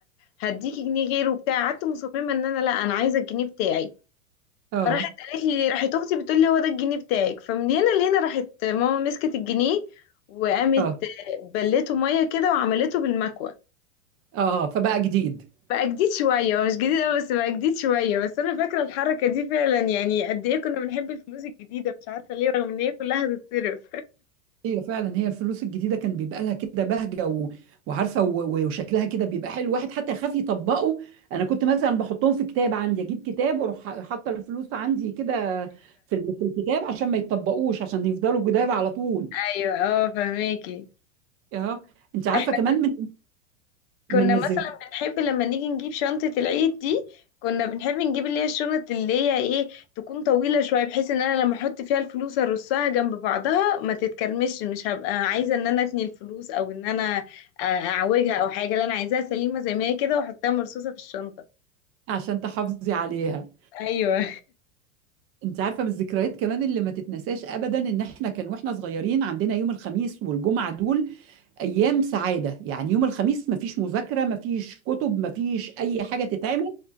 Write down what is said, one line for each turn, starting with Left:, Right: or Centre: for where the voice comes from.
Left: هديكي جنيه غيره وبتاع قعدت مصممه ان انا لا انا عايزه الجنيه بتاعي
Right: اه
Left: فراحت قالت لي راحت اختي بتقول لي هو ده الجنيه بتاعك فمن هنا لهنا راحت ماما مسكت الجنيه وقامت
Right: اه
Left: بلته ميه كده وعملته بالمكوه
Right: آه، فبقى جديد
Left: بقى جديد شويه هو مش جديد قوي بس بقى جديد شويه بس انا فاكره الحركه دي فعلا يعني قد ايه كنا بنحب الفلوس الجديده مش عارفه ليه رغم ان هي كلها هتتصرف
Right: ايوه فعلا هي الفلوس الجديده كان بيبقى لها كده بهجه و... وعارفه و... و- وشكلها كده بيبقى حلو الواحد حتى يخاف يطبقه انا كنت مثلا بحطهم في كتاب عندي اجيب كتاب واروح حاطه الفلوس عندي كده في ال... في الكتاب عشان ما يتطبقوش عشان يفضلوا جداد على طول
Left: ايوه اه فهماكي
Right: اه انت عارفه
Left: <laughs>
Right: كمان من من
Left: كنا
Right: الذكريات
Left: مثلا بنحب لما نيجي نجيب شنطة العيد دي كنا بنحب نجيب اللي هي الشنط اللي هي ايه تكون طويلة شوية بحيث ان انا لما احط فيها الفلوس ارصها جنب بعضها ما تتكرمش مش هبقى عايزة ان انا اتني الفلوس او ان انا آه، اعوجها او حاجة لا انا عايزاها سليمة زي ما هي كده واحطها مرصوصة في الشنطة
Right: عشان تحافظي عليها
Left: ايوه
Right: انت عارفه من الذكريات كمان اللي ما تتنساش ابدا ان احنا كان واحنا صغيرين عندنا يوم الخميس والجمعه دول ايام سعاده يعني يوم الخميس مفيش مذاكره مفيش كتب مفيش اي حاجه تتعمل